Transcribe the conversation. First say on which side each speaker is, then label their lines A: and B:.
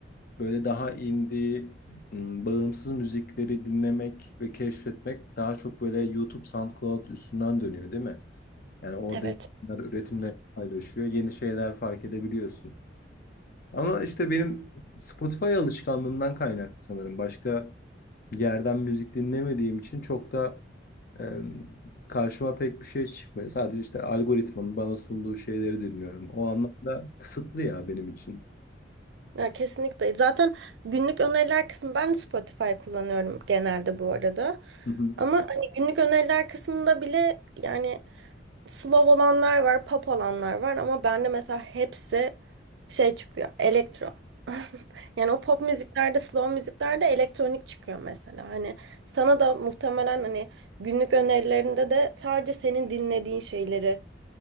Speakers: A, on the left (about 55°); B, on the right (about 70°).
A: böyle daha indie, m, bağımsız müzikleri dinlemek ve keşfetmek daha çok böyle YouTube, SoundCloud üstünden dönüyor, değil mi? Yani orada
B: evet.
A: insanlar üretimleri paylaşıyor, yeni şeyler fark edebiliyorsun. Ama işte benim Spotify alışkanlığından kaynaklı sanırım. Başka yerden müzik dinlemediğim için çok da e, karşıma pek bir şey çıkmıyor. Sadece işte algoritmanın bana sunduğu şeyleri dinliyorum. O anlamda kısıtlı ya benim için.
B: Ya kesinlikle. Zaten günlük öneriler kısmı ben Spotify kullanıyorum genelde bu arada.
A: Hı hı.
B: Ama hani günlük öneriler kısmında bile yani slow olanlar var, pop olanlar var ama bende mesela hepsi şey çıkıyor, elektro. <laughs> Yani o pop müziklerde, slow müziklerde elektronik çıkıyor mesela. Hani sana da muhtemelen hani günlük önerilerinde de sadece senin dinlediğin şeyleri